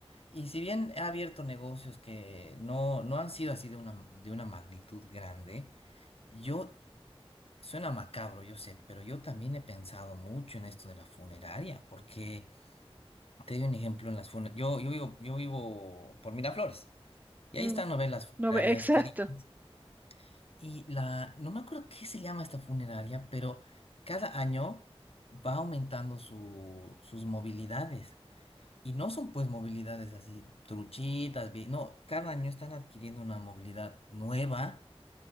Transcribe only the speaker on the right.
Mm,
no, ve- <laughs> exacto.